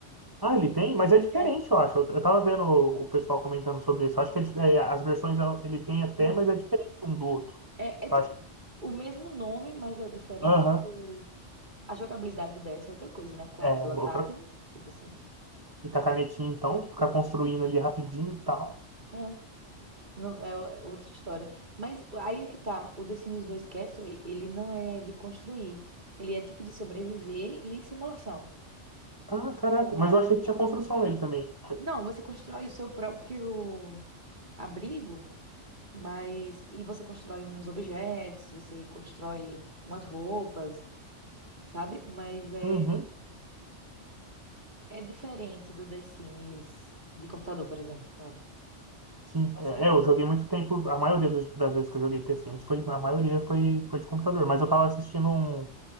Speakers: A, on the right (about 20°); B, on the right (about 40°).
A: Ah, ele tem? Mas é diferente,
B: É.
A: eu acho. Eu, eu tava vendo o, o pessoal comentando sobre isso. Eu acho que é dif- é, as versões ela- ele tem até,
B: Uhum.
A: mas é diferente um do outro.
B: É, é tipo
A: Eu acho que.
B: o mesmo nome, mas é diferente
A: Aham.
B: porque a jogabilidade do DS é outra coisa, né? Com
A: É,
B: a tela
A: outra.
B: tátil, tipo assim.
A: E com a canetinha, então, ficar construindo ali rapidinho e tal.
B: É, não, é o- é outra história. Mas aí é que tá, o The Sims 2 Castaway, ele não é de construir, ele é tipo de sobreviver e simulação.
A: Ah,
B: Então,
A: caraca. Mas eu achei que tinha construção nele também.
B: não, você constrói o seu próprio abrigo Mas. E você constrói uns objetos, você constrói umas roupas, sabe? Mas é,
A: Uhum,
B: é diferente do The Sims de computador, por exemplo, sabe?
A: sim.
B: Nossa,
A: É,
B: mas
A: é,
B: é
A: eu
B: muito.
A: joguei muito tempo. A maioria dos- das vezes que eu joguei T-Sims foi. A maioria foi, foi de computador. Mas eu tava assistindo um,